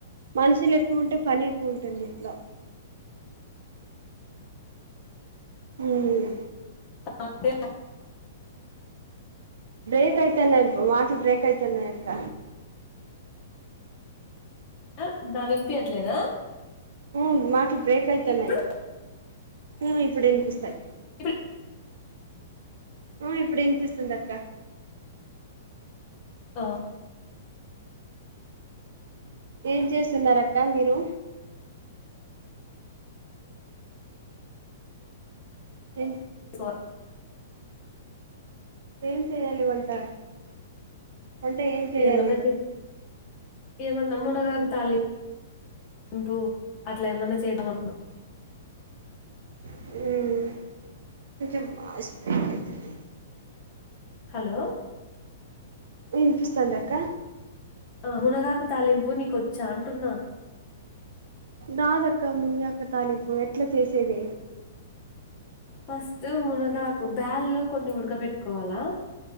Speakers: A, on the right; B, on the left.
A: మనుషులు ఎక్కువ ఉంటే పని ఎక్కువ ఉంటుంది ఇంట్లో ఉమ్
B: అంతేలే
A: బ్రేక్ అయితున్నాయి మాటలు బ్రేక్ అయితున్నాయక్క
B: ఆ నావి వినిపియట్లేదా
A: ఊ మాటలు బ్రేక్ అయితున్నాయి
B: ఇప్పుడు
A: ఊ ఇప్పుడు వినిపిస్తాయి
B: ఇప్పుడు
A: ఊ ఇప్పుడు ఇనిపిస్తుంది అక్క
B: ఆ
A: ఏం చేస్తున్నారక్క మీరు ఏ
B: ఆ,
A: ఏం చెయాలి వంట వంట ఏం చేయ్యాలి
B: ఏమన్నా చే ఏమన్నా మునగాకు తాళింపు అట్లా ఏమన్నా చేద్ధం అనుకున్న
A: మ్
B: హలో
A: వినిపిస్తాందక్క
B: ఆ మునగాకు తాలింపు నీకొచ్చా అంటున్నా
A: రాదక్క మునిగకు తాలింపు ఎట్లా చేసేది
B: ఫస్ట్ మునగాకు బ్యాల్ కొన్ని ఉడక పెెట్టుకోవాలా